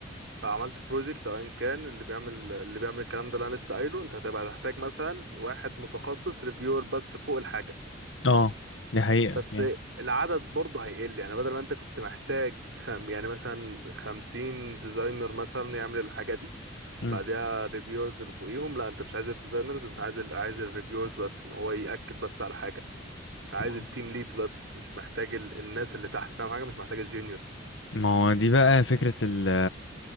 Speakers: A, on the right; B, on the left.
A: عملت بروجكت او ان كان اللي بيعمل اللي بيعمل الكلام ده اللي انا لسه قايله انت هتبقى تحتاج مثلا واحد متخصص ريفيور بس فوق الحاجه
B: اه دي حقيقة
A: بس
B: يعني
A: العدد برضه هيقل يعني بدل ما انت كنت محتاج خم يعني مثلا خمسين ديزاينر مثلا يعمل الحاجه دي
B: مم.
A: بعديها الريفيورز اللي فوقيهم لا انت مش عايز الديزاينرز انت عايز ال عايز الريفيورز بس ان هو يأكد بس على حاجة عايز
B: ما هو
A: التيم ليدز بس مش محتاج ال... الناس اللي تحت فاهم حاجة مش محتاج الجونيورز
B: ما هو دي بقى فكرة ال